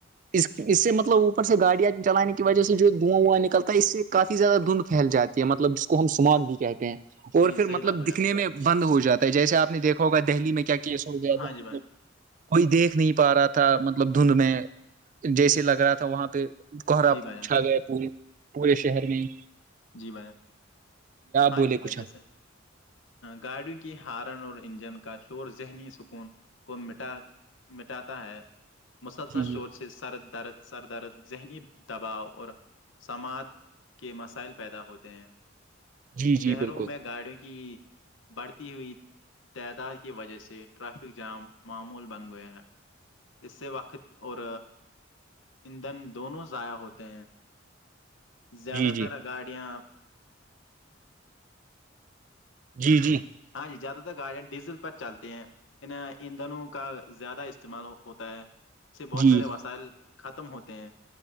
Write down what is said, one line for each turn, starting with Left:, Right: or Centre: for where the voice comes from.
Right: <unintelligible> اس اس سے مطلب اوپر سے گاڑیاں چلانے کی وجہ سے جو دواں وواں نکلتا ہے اس سے کافی زیادہ دھند پھیل جاتی کہ مطلب ج کو ہم سمارگ بھی کہتے ہیں <unintelligible> اور
Left: جی
Right: پھر
Left: صحیح
Right: مطلب
Left: بات بولی
Right: دکھنے
Left: آپ نے
Right: میں بند ہو جاتا ہے جیسے آپ نے دیکھا ہوگا دہلی میں کیا کیا کیس ہو گیا
Left: ہاں
Right: تھا
Left: جی بھائی
Right: مب کوئی دیکھ نہیں پا رہا تھا مطلب دھند میں جیسے لگ رہا تھا وہاں پہ کوہرا
Left: جی بھائی جان
Right: چھا گیا پورے پورے شہر میں ہی
Left: جی بھائی ہاں
Right: بولے
Left: جی
Right: کچھ
Left: بھائی جیسے گاڑیوں کی ہارن اور انجن کا شور ذہنی سکون کو مٹا مٹاتا ہے مسلسل
Right: جی جی
Left: شور سے سر درد سر درد ذہنی دباؤ اور سماعت کے مسائل پر پیدا ہوتے ہیں
Right: جی جی
Left: شہروں
Right: بالکل
Left: میں گاڑیوں کی بڑھتی ہوئی تعداد کی وجہ سے ٹریفک جام معمول بن گئے ہیں اس سے وقت کی اور ایندھن دونوں ضائع ہوتے ہیں زیادہ
Right: جی جی
Left: تر گاڑیاں <unintelligible>
Right: جی جی
Left: ہاں جی زیادہ تر گاڑیاں ڈیزل پر چلتی ہیں ان ایندھنوں کا زیادہ استعمال ہوتا ہے <unintelligible> سے بہت
Right: جی
Left: سارے وسائل ختم ہوتے ہیں